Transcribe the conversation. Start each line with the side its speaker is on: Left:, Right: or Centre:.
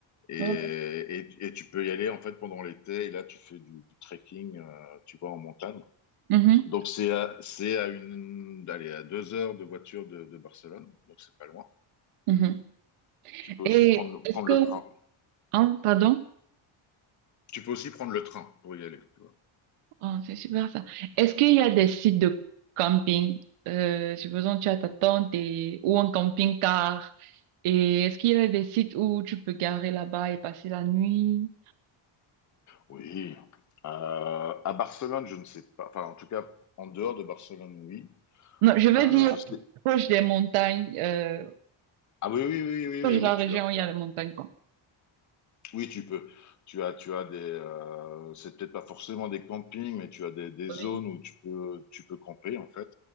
Left: Et,
Right: voilà.
Left: et, et tu peux y aller, en fait, pendant l'été. Et là, tu fais du, du trekking, euh, tu vois, en montagne.
Right: Mhm,
Left: Donc c'est à, c'est à une, allez, à deux heures de voiture de, de Barcelone, donc c'est pas loin.
Right: mhm.
Left: Tu peux
Right: Et
Left: aussi prendre, le-
Right: est-ce
Left: prendre
Right: que,
Left: le train.
Right: hein, pardon,
Left: Tu peux aussi prendre le train pour y aller. tu vois.
Right: Oh, c'est super ça. Est-ce qu'il y a des sites de camping? Euh, supposons que tu as ta tente et, ou un camping-car. Et est-ce qu'il y a des sites où tu peux garer là-bas et passer la nuit?
Left: Oui. Euh, à Barcelone, je ne sais pas. Enfin, en tout cas, en dehors de Barcelone, oui.
Right: Non, je veux
Left: Euh,
Right: dire
Left: je sais.
Right: proche des montagnes, euh,
Left: Ah oui, oui, oui, oui,
Right: proche
Left: oui,
Right: de
Left: oui,
Right: la région
Left: tu as.
Right: où il y a les montagnes, quoi.
Left: Oui, tu peux. Tu as, tu as des. euh, c'est peut-être pas forcément des campings, mais tu as des, des
Right: Oui.
Left: zones où tu peux, tu peux camper en fait,